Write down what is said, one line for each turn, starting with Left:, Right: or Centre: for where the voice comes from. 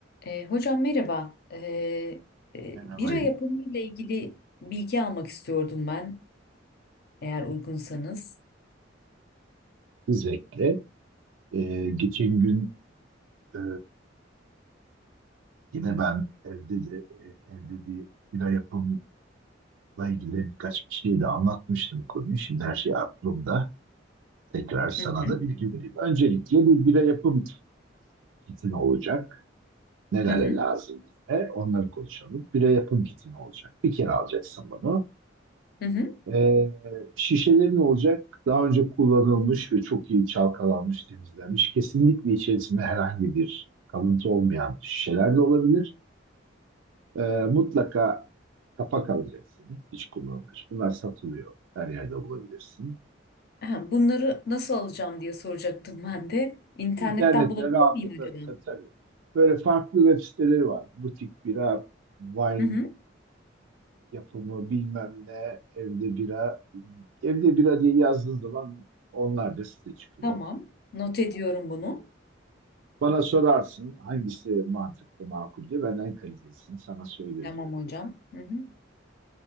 Left: E, hocam merhaba. E, e,
Right: Merhabayım.
Left: bira yapımı ile ilgili bilgi almak istiyordum ben, eğer uygunsanız.
Right: özellikle Ee, geçen gün e, yine ben evde de, e, evde bir bira yapımla ilgili birkaç kişiye de anlatmıştım konuyu. Şimdi her şey aklımda. Tekrar sana
Left: Hı hı,
Right: da bilgi vereyim. Öncelikle bir bira yapım kiti ne olacak? Neler
Left: hı hı,
Right: lazım bize? Onları konuşalım. Bira yapım kiti ne olacak? Bir kere alacaksın bunu.
Left: hı hı.
Right: Ee, şişelerin olacak daha önce kullanılmış ve çok iyi çalkalanmış, temizlenmiş. Kesinlikle içerisinde herhangi bir kalıntı olmayan şişeler de olabilir. Ee, mutlaka kapak alacaksın. Hiç kullanılmış. Bunlar satılıyor. Her yerde bulabilirsin.
Left: Ha, bunları nasıl alacağım diye soracaktım ben de. İnternetten
Right: İnternette
Left: bulabilir
Right: rahatlıkla
Left: miyim acaba?
Right: tabii, tabii. Böyle farklı web siteleri var. Butik bira, wine
Left: Hı hı,
Right: yapımı bilmem ne, evde bira. Evde bira diye yazdığın zaman onlarca site çıkıyor.
Left: tamam. Not ediyorum bunu.
Right: Bana sorarsın hangisi mantıklı, makul diye ben en kalitesini sana söylerim
Left: Tamam
Right: dedim.
Left: hocam. Hı hı,